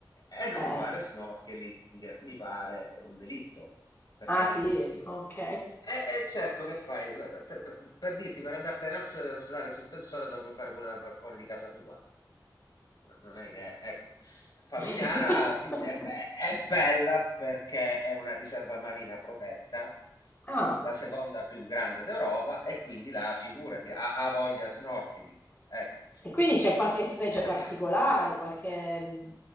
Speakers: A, on the left; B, on the left.
A: e non
B: Eh.
A: fare snorkeling mi pare un delitto, perché
B: Ah sì,
A: dico.
B: ok.
A: Eh, eh, certo, che fai? Beh, te- Per, per dirti, per andartene a s- stare sotto il sole, te lo puoi fare pure dal balcone di casa tua. Non è che, ecco, Favignana
B: <laughs>
A: sì, è, be- è bella perché è una riserva marina protetta,
B: Eh. Ah.
A: la seconda più grande d'Europa, e quindi là, figurati, ha, ha voglia snorkeling. Ecco.
B: E quindi c'è qualche specie particolare,
A: Ah,
B: qualche mh,